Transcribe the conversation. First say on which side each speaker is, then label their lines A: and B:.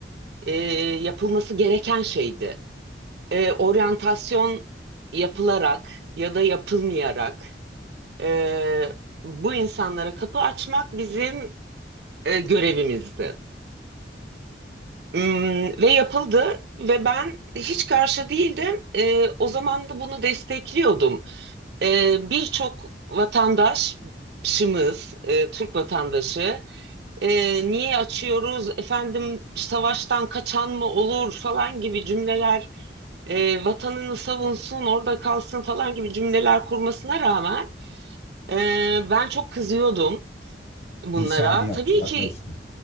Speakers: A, on the right (about 60°); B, on the left (about 35°).
A: e, yapılması gereken şeydi. E, oryantasyon yapılarak ya da yapılmayarak e, bu insanlara kapı açmak bizim e, görevimizdi. Hmm, ve yapıldı ve ben hiç karşı değildim. E, o zaman da bunu destekliyordum. E, birçok vatandaşımız, e, Türk vatandaşı e, niye açıyoruz, efendim savaştan kaçan mı olur falan gibi cümleler, e, vatanını savunsun, orada kalsın falan gibi cümleler kurmasına rağmen e, ben çok kızıyordum bunlara.
B: İnsani yaptı,
A: Tabii
B: yaklaştı.
A: ki